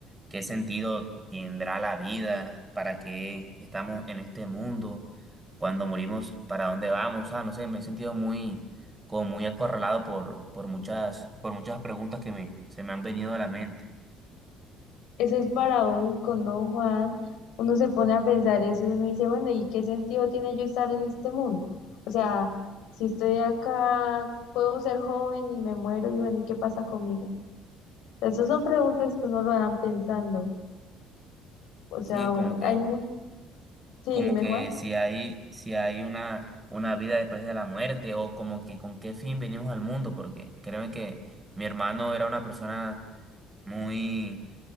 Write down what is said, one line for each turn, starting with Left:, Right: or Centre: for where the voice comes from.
Right: ¿Qué sentido tendrá la vida? ¿Para qué estamos en este mundo? Cuando morimos, ¿para dónde vamos? Ah, no sé, me he sentido muy, como muy acorralado por, por muchas, por muchas preguntas que me, se me han venido a la mente.
Left: Eso es paradójico, ¿no, Juan? Uno se pone a pensar eso y uno dice, bueno, ¿y qué sentido tiene yo estar en este mundo? O sea, si estoy acá, puedo ser joven y me muero y bueno, ¿y qué pasa conmigo? O sea, esas son preguntas que uno lo dejan pensando. O
Right: Sí,
Left: sea,
Right: como
Left: o-
Right: que,
Left: hay mucho... Sí,
Right: como
Left: dime
Right: que
Left: Juan.
Right: si hay, si hay una, una vida después de la muerte, o como que con qué fin venimos al mundo, porque créeme que mi hermano era una persona muy